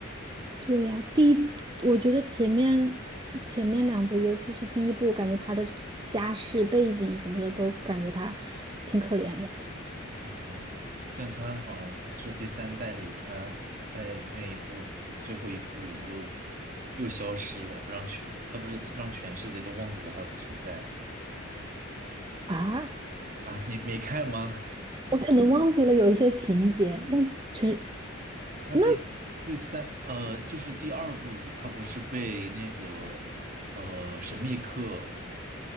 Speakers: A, on the right; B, on the right.
A: 对呀，第一，我觉得前面前面两部，尤其是第一部，感觉他的家世背景什么的，都感觉他挺可怜的。
B: 嗯哼但他好像这第三代里，他在那一部最后一部里又又消失了，让全他不是让全世界都忘记了他的存在
A: 啊？
B: 啊？你没看吗？
A: 我可能忘记了有一些情节，让全
B: <laughs> 他第第三呃，
A: 那
B: 就是第二部里，他不是被那个呃神秘客